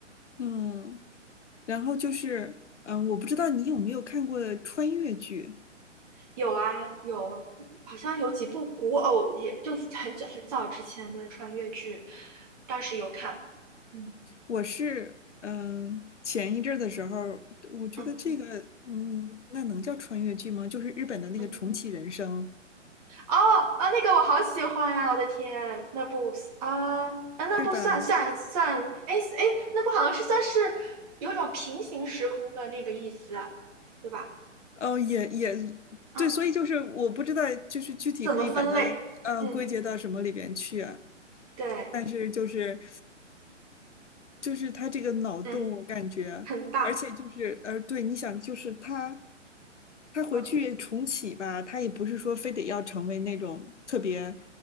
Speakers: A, on the left (about 65°); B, on the right (about 30°).
A: 嗯，然后就是，
B: 嗯。
A: 嗯、我不知道你有没有看过穿越剧。
B: 有啊，有，好像有几部古偶，也就很久很早之前的穿越剧，当时有看。嗯
A: 我是，嗯、前一阵儿的时候，我觉得这个，
B: 嗯
A: 嗯，那能叫穿越剧吗？就是日本的那个重启人生。
B: 嗯，哦啊，那个我好喜欢啊！我的天，那部啊啊，哎那部算算算，
A: 对吧？
B: 哎哎，那部好像是算是有种平行时空的那个意思，对吧？
A: 嗯，也也
B: 嗯，
A: 对，所以就是我不知道，就是具体可以把它嗯、
B: 怎么分类？
A: 呃归结到什么里边去啊
B: 嗯，对，
A: 但是就是就是他这个脑洞，
B: 嗯，
A: 我感觉，
B: 很大，
A: 而且就是呃，对，你想，就是他他回去重启吧，
B: 嗯，
A: 他也不是说非得要成为那种特别